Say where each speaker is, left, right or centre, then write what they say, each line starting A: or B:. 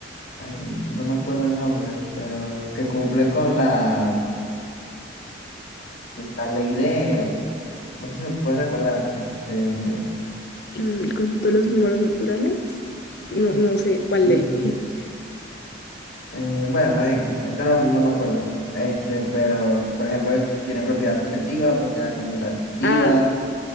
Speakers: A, on the left; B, on the left.
A: ay, n- no me acuerdo el nombre, pero que cumple con la, la ley de, no sé si me puedes recordar, este,
B: Los- el conjunto de los números naturales. No, no sé cuál
A: ujú,
B: ley. <laughs>
A: eh, bueno, X, ahorita no, no me acuerdo, este, pero, por ejemplo, tiene propiedad asociativa, propiedad conmutativa,
B: Ah,